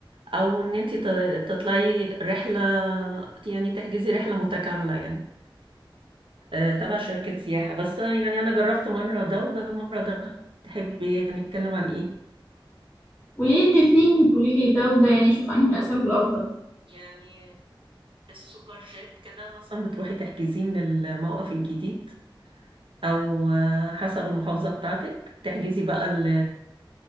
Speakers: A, on the right; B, on the left.
A: او ان انت ت- تطلعي رحله يعني تحجزي رحله متكامله يعني آه، تبع شركة سياحة بس آه، يعني أنا جربت مرة ده وجربت مرة ده تحبي نتكلم عن إيه؟
B: قولي لي الاتنين قولي لي ده وده يعني شوف انه الأسهل والأفضل
A: يعني السوبر جيت كده مثلا بتروحي تحجزين للموقف الجديد أو آه، حسب المحافظة بتاعتك تحجزي بقى ال